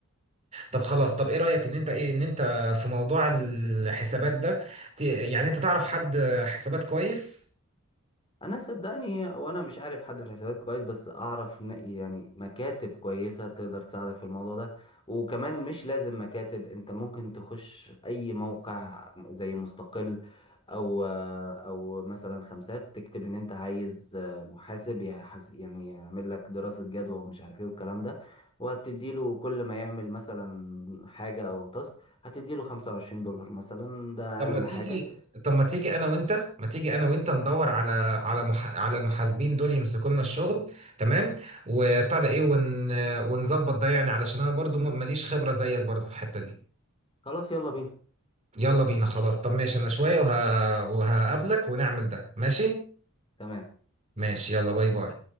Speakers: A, on the right; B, on the left.
A: طب خلاص طب ايه رايك ان انت ايه ان انت في موضوع الحسابات ده ت- يعني انت تعرف حد حسابات كويس
B: انا صدقني وانا مش عارف حد في الحسابات كويس بس اعرف ن- يعني مكاتب كويسه تقدر تساعدك في الموضوع ده وكمان مش لازم مكاتب انت ممكن تخش اي موقع زي مستقل او آه، او مثلا خمسات تكتب ان انت عايز محاسب يحس- يعني يعمل لك دراسه جدوى ومش عارف ايه والكلام ده وهتديله كل ما يعمل مثلا حاجه او تاسك هتديله 25 دولار مثلا ده
A: طب
B: اقل
A: ما تيجي
B: حاجه
A: طب ما تيجي انا وانت ما تيجي انا وانت ندور على على مح... على المحاسبين دول يمسكوا لنا الشغل تمام وبتاع ده ايه ون... ونظبط ده يعني علشان انا برضو م- ماليش خبره زيك برضو في الحته دي
B: خلاص يلا بينا
A: يلا بينا خلاص طب ماشي انا شوية وه... وهقابلك ونعمل ده ماشي
B: تمام
A: ماشي يلا باي باي